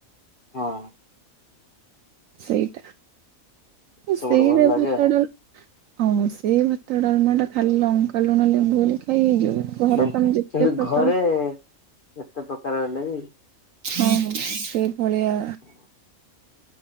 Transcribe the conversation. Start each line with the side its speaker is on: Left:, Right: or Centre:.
Left: ହଁ।
Right: ସେଇଟା
Left: ସବୁଠୁ
Right: ସେଇ
Left: ଭଲ
Right: ଭଳିଆ
Left: ଲାଗେ
Right: ଭାତ
Left: ଆଉ
Right: ଡାଲମା ହଁ ସେଇ ଭାତ ଡାଲମାଟା ଖାଲି ଲଙ୍କା ଲୁଣ ଲେମ୍ବୁ ଦଳି ଖାଇ ହେଇଯିବ। କିନ୍ତୁ ଘରେ
Left: ଲଙ୍କା
Right: ତମେ ଯେତେ
Left: କିନ୍ତୁ
Right: ପ୍ରକାର
Left: ଘରେ ଯେତେ ପ୍ରକାର ହେଲେବି
Right: ହଁ ସେଇଭଳିଆ
Left: ହୁଁ।